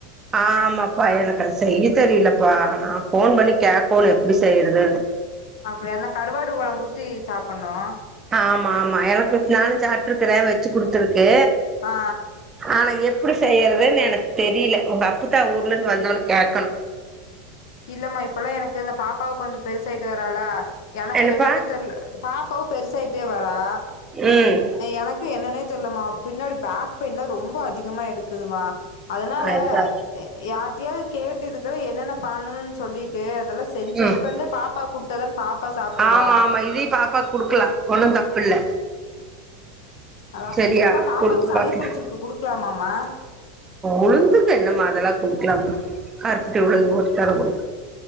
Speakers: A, on the right (about 20°); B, on the left (about 75°).
A: ஆ ஆமாப்பா எனக்கு அத செய்ய தெரியல அப்பா நா போன் பண்ணி கேக்கனு எப்படி செய்யறதுனு
B: அப்படிய அதல்லா கருவாடு குழம்ப ஊத்தி சாப்பிடணு
A: ஆமா ஆமா எனக்கு நானும் சாட்டுருக்கறேன் வச்சு குடுத்துருக்கு
B: ஆ
A: ஆனா எப்படி செய்யறதுன்னு எனக்கு தெரியல உங்க அப்புதா ஊர்ல இருந்து வந்தவன கேட்கணும்
B: இல்லம்மா இப்பல்லா எனக்கு பாப்பாவு கொஞ்ச பெருசாயிட்டு வராலா எனக்கு
A: என்னப்பா
B: என்னே தெரியல பாப்பாவும் பெருசாயிட்டே வரா
A: ம்
B: எனக்கு என்னன்னே தெரிலமா பின்னாடி பேக் பெயின்ல ரொம்ப அதிகமா எடுக்குதுவா அதனால
A: அதுதா
B: யாரிட்டையாவ்து கேட்டு இதுக்குல என்னென்ன பண்ணனுன் சொல்லிட்டு அதெல்லா செஞ்சு
A: ம்
B: இப்ப இருந்தே பாப்பாக்கு குடுத்தாதான பாப்பா சாப்டுவா
A: ஆமா ஆமா இதே பாப்பா குடுக்கலா ஒண்ணும் தப்பில்ல
B: அதா
A: சரியா
B: அ பாப்பாக்கு
A: குடுத்து
B: சளி
A: பாக்கலா
B: புடிச்சிருக்கு குடுக் கலமா மா
A: உளுந்துக்கு என்ன மா அதலா குடுக்கலாமா கருப்ட்டி உளுந்து ஒருத்தார குடு